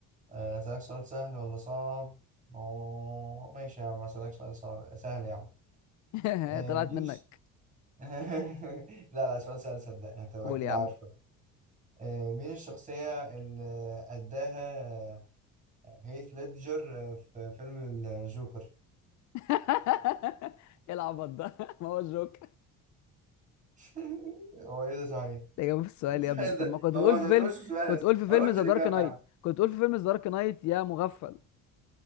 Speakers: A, on the right; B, on the left.
A: آه، اسالك سؤال سهل ولا صعب أوه، ماشي يا عم اسالك سؤال صعب سهل يا عم
B: <laughs>
A: آه،
B: طلعت
A: مين
B: منك
A: الش- <laughs> لا لا سؤال سهل صدقني هتبقى
B: قول
A: اكيد
B: يا
A: عارفه
B: عم
A: آه، مين الشخصية اللي أداها آه، هيث ليدجر آه، في فيلم الجوكر؟
B: <laughs> ايه العبط ده <laughs> ما هو الجوك
A: <laughs> هو ايه ده صحيح
B: الاجابه في السؤال
A: <laughs>
B: يا ابني طب
A: ده
B: ما كنت
A: هو
B: تقول
A: ما
B: في
A: تعتبرش
B: فيلم
A: سؤال
B: كنت
A: أصلاً.
B: تقول في
A: وانا
B: فيلم
A: قلت
B: ذا
A: الاجابه
B: دارك نايت
A: يا عم
B: كنت تقول في فيلم ذا دارك نايت يا مغفل